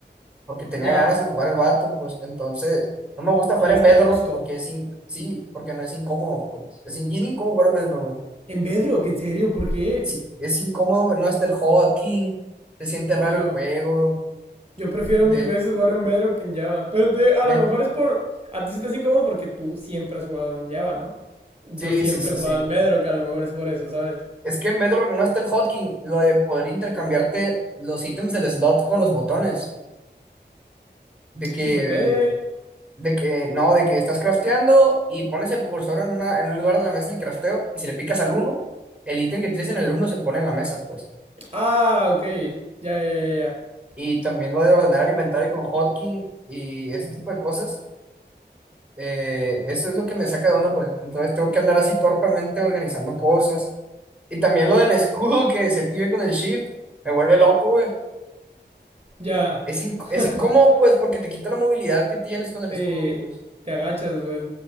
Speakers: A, in the centre; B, on the right (about 30°).
A: porque tenía
B: Ya,
A: ganas de jugar el vato, pues entonces no me gusta
B: le
A: jugar en
B: diste
A: Bedrock
B: el gusto.
A: porque es in- sí, porque no es incómodo, pues. Es in- bien incómodo jugar en Bedrock. güey.
B: En Bedrock, ¿en serio? ¿Por qué?
A: Sí, es incómodo, no está el hotkey, se siente raro
B: Pues yo,
A: el juego,
B: yo prefiero
A: de
B: mil veces jugar en Bedrock que en Java. Pero te, a
A: neta.
B: lo mejor es por... A ti se te hace incómodo porque tú siempre has jugado en Java, ¿no? Yo
A: Sí,
B: siempre
A: sí, sí,
B: he jugado
A: sí.
B: en Bedrock, a lo mejor es por eso, ¿sabes?
A: Es que en Bedrock no está el hotkey, lo de poder intercambiarte los ítems del slot con los botones, de que
B: Sí se puede.
A: de que no, de que estás crafteando y pones el cursor en una en un lugar de la mesa del crafteo y si le picas al uno el ítem que tienes en el uno se pone en la mesa, pues.
B: Ah, ok. Ya, ya, ya,
A: Y también lo de ordenar el inventario con hotkey y ese tipo de cosas. eh, eso es lo que me saca de onda, pues. Entonces tengo que andar así torpemente organizando cosas. Y también lo del <laughs> escudo que se active con el shift, me vuelve loco, güey.
B: ya.
A: Es, inc- es
B: Ya.
A: incómodo,
B: <laughs>
A: pues, porque te quita la movilidad que tienes con el
B: Sí,
A: escudo, pues.
B: te agachas, pues.